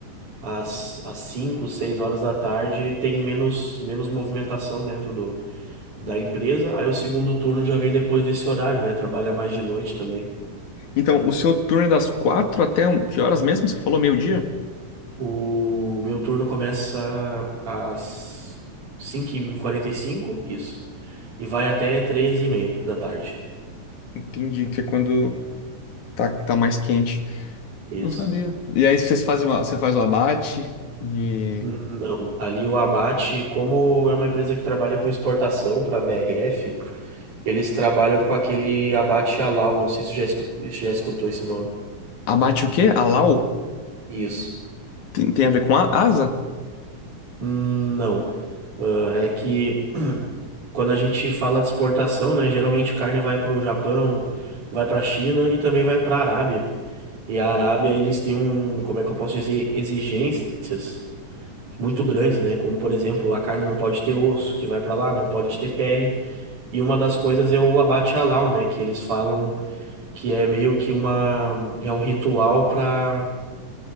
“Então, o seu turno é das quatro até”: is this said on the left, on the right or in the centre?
Left